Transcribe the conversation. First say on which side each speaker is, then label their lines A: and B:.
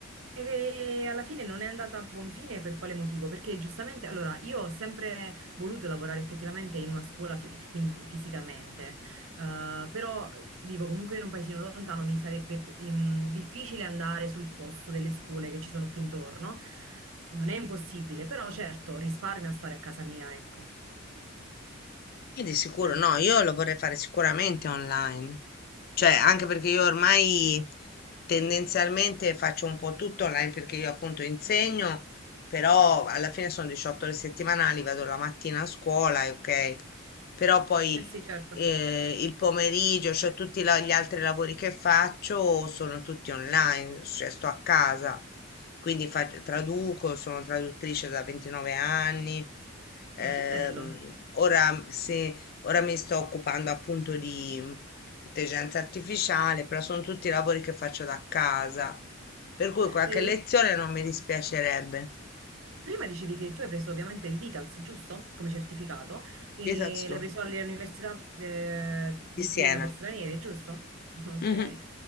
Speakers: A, on the right (about 75°); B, on the left (about 45°).
A: E alla fine non è andata a buon fine per quale motivo? Perché giustamente, allora, io ho sempre voluto lavorare effettivamente in una scuola, fi- quindi fi- fisicamente, Eh, però vivo comunque in un paesino lontano, mi sarebbe ehm, difficile andare sul posto delle scuole che ci sono qui intorno. Non è impossibile, però certo, risparmio a stare a casa mia, ecco.
B: E di sicuro
A: Eh,
B: no, io lo vorrei fare sicuramente online, cioè anche perché io ormai tendenzialmente faccio un po' tutto online perché io appunto insegno, però alla fine sono 18 ore settimanali, vado la mattina a scuola, e ok, però poi
A: eh sì, certo.
B: eh, il pomeriggio, cioè tutti la- gli altri lavori che faccio sono tutti online, cioè sto a casa, quindi fac- traduco, sono traduttrice da 29 anni Ehm,
A: Ah, che bello.
B: ora, se, ora mi sto occupando appunto di intelligenza artificiale, però sono tutti lavori che faccio da casa, per cui qualche
A: Eh,
B: lezione non mi dispiacerebbe.
A: Prima dicevi che tu hai preso ovviamente il DITALS, giusto? Come certificato, e
B: Di senti tu?
A: l'hai preso all'Università eh, di
B: Di Siena.
A: Siena per stranieri, giusto? <laughs> Ok,
B: Mhm.